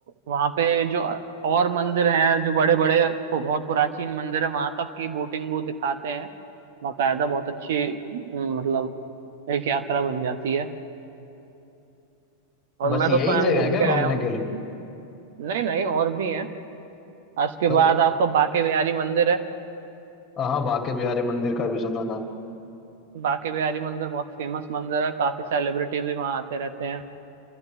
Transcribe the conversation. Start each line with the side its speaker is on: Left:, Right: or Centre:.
Right: वहाँ पे जो और मंदिर हैं जो बड़े बड़े बहुत प्राचीन मंदिर है वहाँ तक की बोटिंग वो दिखाते हैं बाकायदा बहुत अच्छी हम्म, मतलब एक यात्रा बन जाती है और
Left: बस
Right: मैं
Left: यही
Right: तो स्वयं
Left: जगह
Right: घूम
Left: है क्या
Right: के
Left: घूमने
Right: आया हूँ
Left: के लिए
Right: नहीं नहीं और भी हैं उसके
Left: तो
Right: बाद आपका बांके बिहारी मंदिर है
Left: हाँ बांके बिहारी मंदिर का भी सुना था
Right: बांके बिहारी मंदिर बहुत फेमस मंदिर है काफी सेलिब्रिटीज भी वहाँ आते रहते हैं